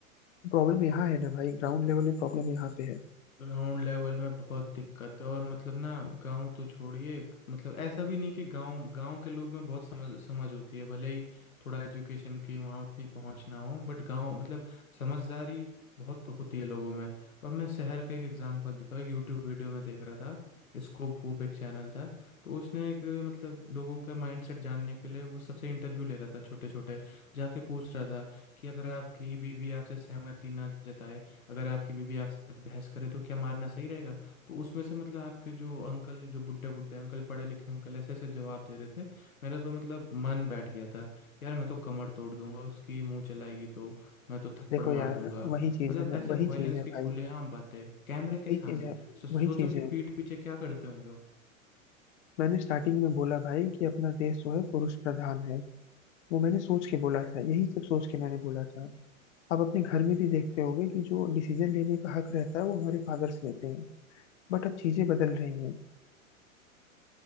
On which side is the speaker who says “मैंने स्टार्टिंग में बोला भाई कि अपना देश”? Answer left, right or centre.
Left